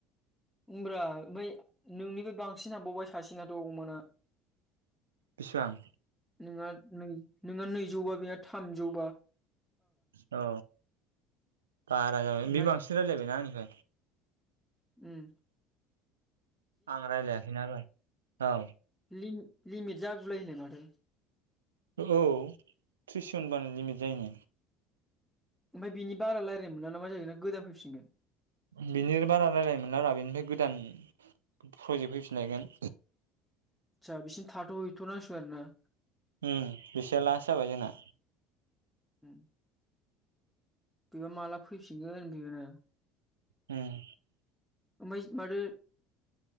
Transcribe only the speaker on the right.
बिसेबां?
औ बारा जागोन
बे बांसिन रायलायबायना आंनिफ्राय
आं रायलायाखै नालाय औ
औ थ्रिस बानो लिमिट जायोनो
बिनिनो बारा रायलायनो मोनला ब्रा बिनिफ्राय गोदान प्रजेक्ट फैफिनलायगोन।
उम बिसेआ लास जाबाय जोंना
होम